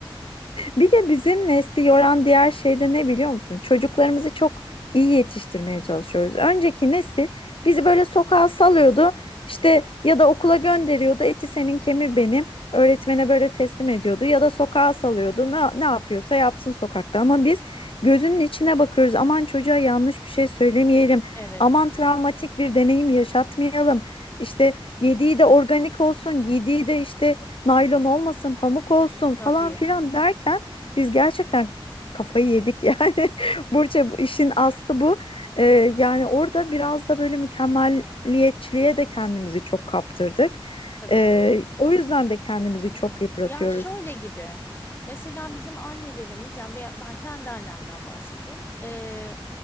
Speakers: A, on the left; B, on the left.
A: Bir de bizim nesli yoran diğer şey de ne biliyor musun? Çocuklarımızı
B: Hmm,
A: çok iyi yetiştirmeye çalışıyoruz. Önceki nesil bizi böyle sokağa salıyordu. İşte ya da okula gönderiyordu. Eti senin kemiği benim. Öğretmene böyle teslim ediyordu ya da sokağa salıyordu. Ne, ne yapıyorsa yapsın sokakta. Ama biz gözünün içine bakıyoruz. Aman çocuğa yanlış bir şey söylemeyelim.
B: evet.
A: Aman travmatik bir deneyim yaşatmayalım. İşte yediği de organik olsun, giydiği de işte naylon olmasın, pamuk olsun
B: Tabii.
A: falan filan derken biz gerçekten kafayı yedik yani. <laughs> Burça bu işin aslı bu. Ee, yani orada biraz da böyle mükemmelliyetçiliğe de kendimizi çok kaptırdık.
B: Tabii.
A: Ee, o yüzden de kendimizi çok yıpratıyoruz.
B: Ya şöyle gibi. Mesela bizim annelerimiz yani ben ben kendi annemden bahsedeyim. Ee,